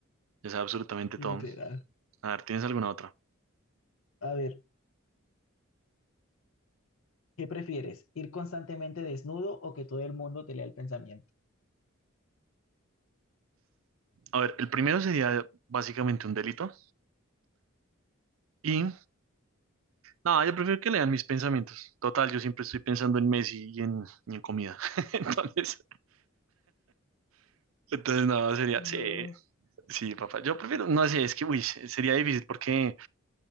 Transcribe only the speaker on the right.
ya sabe absolutamente
todo. A ver, ¿tienes alguna otra?
A ver, el primero sería básicamente un delito. Y, no, yo prefiero que lean mis pensamientos. Total, yo siempre estoy pensando en Messi y en, y en comida. <laughs> Entonces, entonces, no, sería,
sí. Sí, papá. Yo prefiero, no sé, es que, uy, se- sería difícil porque